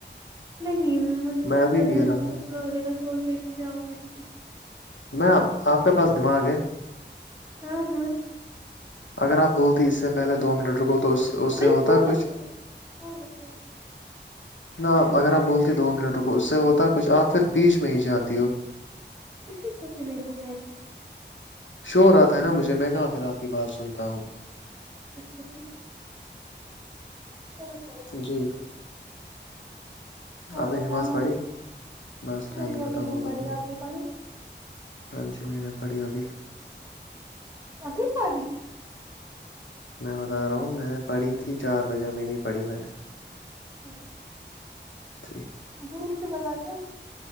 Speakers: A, on the right; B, on the left.
A: نہیں مجھے نا
B: میں
A: اندر
B: ابھی پی
A: جیا
B: رہا تھا
A: کچھ لگنے میں سوچ رہی ت جاؤں یا نہیں
B: میں آپ کے پاس دماغ ہے
A: ہاں ہاں
B: اگر آپ بولتی اس سے پہلے دو منٹ رکو تو اس اس سے
A: نہیں
B: ہوتا
A: چھوڑو
B: کچھ
A: چھوڑو چھوڑو چھوڑو
B: نپ اگر آپ بولتی دو منٹوں کو اس سے ہوتا کچھ آپ پھر بیچ میں ہی جاتی ہو
A: اسے کچھ نہیں ہو پائے گا سب سے
B: شور آتا ہے نا مجھے میں کہاں پھر آپ کی بات سنتا ہوں
A: اچھا ٹھیک چلو کوئی بات
B: جی
A: نہیں۔
B: آپ
A: اور
B: نے
A: بتاؤ
B: نماز پڑھی
A: آپ
B: بس کیا
A: نہیں
B: ہی
A: ابھی
B: پتا
A: نہیں
B: ہو آ
A: پڑھی
B: بتائیے
A: آپ نے پڑھی
B: ہاں جی میں نے پڑھی ابھی
A: ابھی کی
B: میں بتا رہا ہوں میں نے پڑھی تھی چار بجے ابھی نہیں پڑھی میں نے
A: اچھا
B: جچی
A: جی سے بتاے ہو